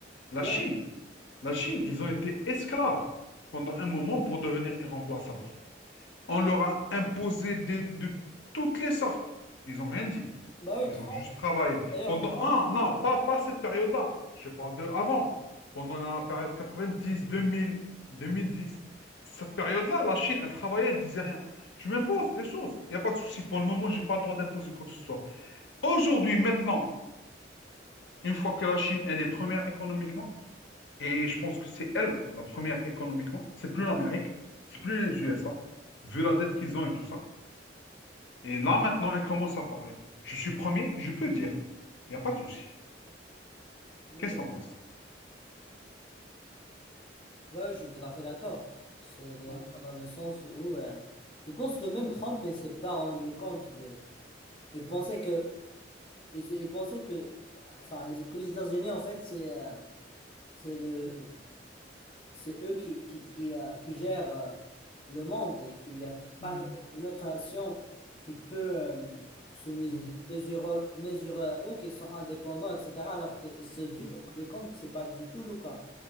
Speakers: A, on the left (about 75°); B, on the left (about 30°).
A: La
B: Ouais,
A: Chine, la Chine, ils ont été esclaves pendant un moment pour devenir irremplaçables. On leur a imposé des- de toutes les sortes. Ils n'ont rien dit.
B: bah oui,
A: Ils
B: Trump,
A: ont juste travaillé.
B: d'ailleurs,
A: Pendant...
B: Trump,
A: Non, non, pas, pas cette période-là. Je parle de avant. Pendant la période 90, 2000, 2010. Cette période-là, la Chine, elle travaillait, elle disait rien. Tu m'imposes des choses. Il n'y a pas de souci. Pour le moment, je n'ai pas le droit d'imposer quoi que ce soit. Aujourd'hui, maintenant, une fois que la Chine, elle est première économiquement, et je pense que c'est elle la première économiquement, c'est plus l'Amérique, c'est plus les USA, vu la dette qu'ils ont et tout ça. Et là, maintenant, elle commence à parler. Je suis premier, je peux dire. Il n'y a pas de souci.
B: ok.
A: Qu'est-ce que t'en penses?
B: Ouais, je suis tout à fait d'accord. Je suis tout à fait d'accord
A: Mhm,
B: dans le sens où, euh, je pense que même Trump, il s'est pas rendu compte de, il pensait que ils, ils pensaient que, enfin, les- que les États-Unis, en fait, c'est euh, c'est le, c'est eux qui, qui, qui, euh, qui gèrent euh, le monde et qu'il n'y a pas
A: mhm,
B: une, une autre nation qui peut euh, se mes-
A: mhm,
B: mesurer, mesurer à eux, qui sont indépendants, etc. Alors qu'ils se sont
A: mhm.
B: vite rendus compte que c'est pas du tout le cas.